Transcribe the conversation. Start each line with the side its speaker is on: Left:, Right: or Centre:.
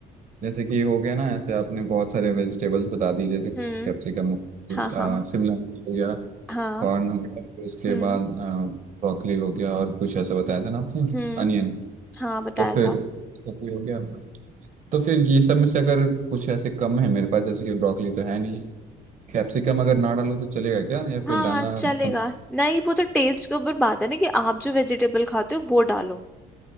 Right: जैसे कि हो गया ना ऐसे आपने बहुत सारे वेजिटेबल्स बता दी जैसे कैप्सिकम
Centre: हम्म
Right: शिमला
Centre: हाँ हाँ
Right: मिर्च हो गया
Centre: हाँ
Right: कॉर्न हो गया फिर उसके
Centre: हम्म
Right: बाद ब्रोकली हो गया और कुछ ऐसा बताया था ना आपने
Centre: हम्म
Right: अनियन
Centre: हाँ बताया
Right: तो फिर
Centre: था
Right: ये हो गया तो फिर ये सब में से अगर कुछ ऐसे कम है मेरे पास जैसे कि ब्रोकली तो है नहीं कैप्सिकम अगर ना डालूँ तो चलेगा क्या या फिर
Centre: हाँ
Right: डालना
Centre: चलेगा
Right: कम
Centre: नहीं वो तो टेस्ट के ऊपर बात है ना कि आप जो वेजिटेबल खाते हो वो डालो